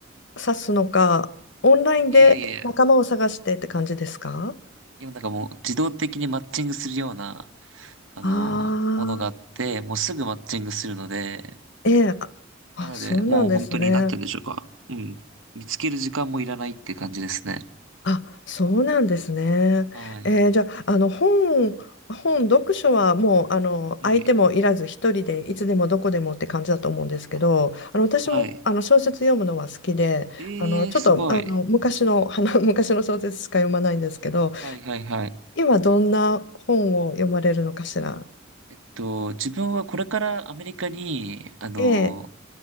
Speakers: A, on the left; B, on the right.
A: 指すのか、オンラインで仲間を探してって感じですか
B: いやいやいや。今なんかもう自動的にマッチングするような、あの、
A: ああ
B: ものがあって、もうすぐマッチングするので、
A: ー、ええ、あ、あそうなんですね。
B: なので、もう本当になって言うんでしょうか。うん。見つける時間もいらないって感じですね。
A: あ、そうなんですね。
B: はい。
A: えーじゃあ、あの本、本読書はもうあの相手もいらず一人でいつでもどこでもって感じだと思うんですけど、
B: はい。あ、
A: あの私もあの小説読むのは好きで、
B: はい。ええー、
A: あのちょっとあの昔の、
B: すごい。
A: <laughs> あの昔の小説しか読まないんですけど、
B: はいはいはい。
A: 今どんな本を読まれるのかしら。
B: えっと、自分はこれからアメリカに、あの、
A: ええ